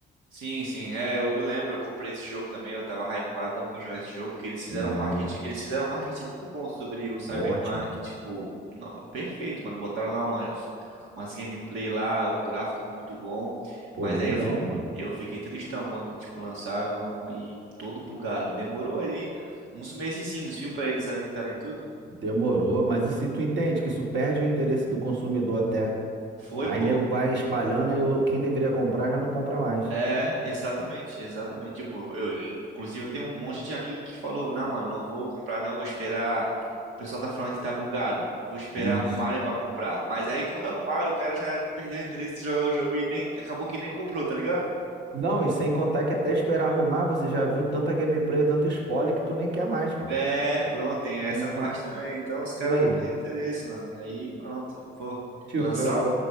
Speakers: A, on the right; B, on the right.
A: sim, sim, é, eu lembro, eu comprei esse jogo também, eu tava hypadão pra jogar esse jogo, porque eles fizeram
B: Né?
A: um marketing, eles fizeram um marketing muito bom sobre o Cyberpunk,
B: Ótimo.
A: tipo, no- perfeito, mano, botaram lá umas, umas gameplay lá, um gráfico muito bom,
B: Pô,
A: mas
B: lindão,
A: aí eu, fi-
B: mano.
A: eu fiquei tristão quando, tipo, lançaram e todo bugado, mano, demorou ali uns mesezinhos, viu, pra eles ajeitarem tudo?
B: Demorou, mas e se tu entende que isso perde o interesse do consumidor até?
A: Foi,
B: Aí
A: pô.
B: nego vai espalhando, aí o- quem deveria comprar já não compra mais.
A: É, exatamente, exatamente. Tipo, eu, inclusive eu tenho um monte de amigo que falou, não, mano, não vou comprar não, vou esperar. O pessoal tá falando que tá bugado. Vou esperar
B: Isso.
A: arrumarem pra comprar. Mas aí quando arrumaram, o cara já perdeu o interesse de jogar o jogo e nem acabou que nem comprou, tá ligado?
B: Não, e sem contar que até esperar arrumar, você já viu tanta gameplay, tanto spoiler que tu nem quer mais, pô.
A: É, pronto, tem essa
B: É,
A: parte também. Então os caras
B: E aí?
A: vão perder interesse, mano. Aí pronto, pô.
B: Tipo,
A: Lançar
B: eu,